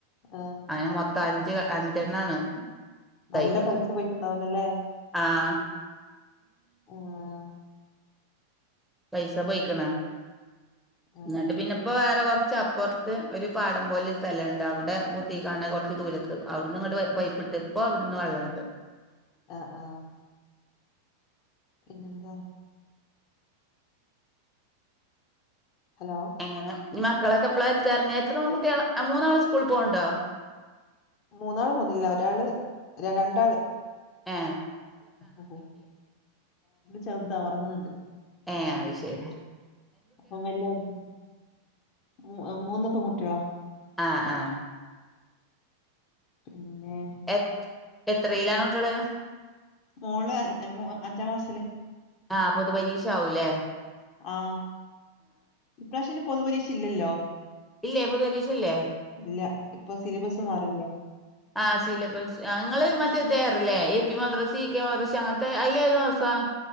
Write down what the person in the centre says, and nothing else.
അയിന് മൊത്തം അഞ്ച് അഞ്ചെണ്ണാണ് തായിക്കണെ
ആഹ്
പൈസ
പോയിക്ക്ണ്
എന്നിട്ട് പിന്നെ ഇപ്പൊ വേറെ കുറച്ച് അപ്പുറത്ത് ഒരു പാടം പോലെ ഒരു സ്ഥലണ്ട് അവിടെ മുത്തി കാണ് കുറച്ച് ദൂരക്ക് അവിടുന്ന് ഇങ്ങോട്ട പൈപ്പ് ഇട്ട ഇപ്പപ്പോ അവിടന്ന് വെള്ളുണ്ട്.
എങ്ങനെ ഇനി മക്കളൊക്കെപ്പളെത്താർഞ്ഞ് എത്ര പെങ്കുട്ട്യാള ആ മൂന്നാളുസ്കൂള് പോവ്ണ്ടോ
എ
ഏഹ് അത് ശരിയാ
ആഹ് ആഹ്
എ എത്രീലാണ് കുട്ട്യോള്?
ആഹ് പൊതു പരീക്ഷാവുലേ?
ഇല്ലേ പൊതുപരീക്ഷ ഇല്ലേ
ആഹ് സിലബസ് അ ഇങ്ങള് മറ്റേതേകാരല്ലേ എ പി മദ്രസ്, ഇ കെ മദ്രസ്, അങ്ങൻത്തെ അയ്‌ലേത് മദ്രസാ?